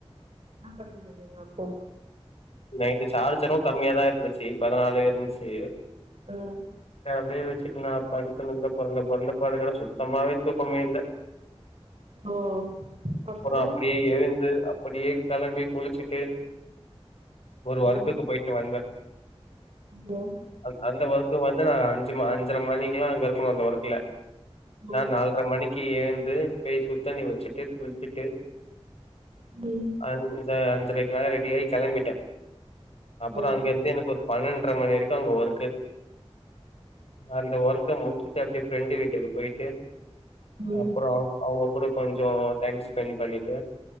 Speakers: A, on the right (about 65°); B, on the left (about 70°).
A: என்னா பண்ணிருந்தீங்க அப்போ
B: நைட்டு சார்ஜரு கம்மியா தா இருந்துச்சு பதினாலு இருந்சு
A: ம்
B: அப்டியே வச்சுட்டு நா படுத்து நல்லா பொறன்டு பொறன்டு படுக்குற சுத்தமாவே தூக்கமே இல்ல
A: ஓ
B: அப்புறோ
A: அப்றோ
B: அப்டியே எழுந் து அப்படியே கெளம்பி குளிச்சுட்டு ஒரு ஒர்க்குக்கு
A: ம்
B: போயிட்டு வந்த
A: ம்
B: அ அந்த ஒர்க்கு வந்து நா அஞ்சு அஞ்சர மணிக்குலா அங்க இருக்கணு அந்த ஒர்க்கல நா
A: ஓ
B: நால்ர மணிக்கு எழுந்து போய் சுடுத்தண்ணி வச்சுட்டு குளிச்சுட்டு
A: ம்
B: அஞ்ச அஞ்சரைக்கெல்லா ரெடியாயி கெளம்பிட்ட அப்புற
A: ம்
B: அங்க இருந்து எனக்கு ஒரு பன்னெண்டரை மணி வரைக்கு அங்க ஒர்க்கு அந்த ஒர்க்க க முடிச்சுட்டு அப்டியே ஃப்ரெண்டு வீட்டுக்கு போயிட்டு
A: ம்
B: அப்புற அவுங்க கூட கொஞ்சோ டைம் ஸ்பெண்ட் பண்ணிட்டு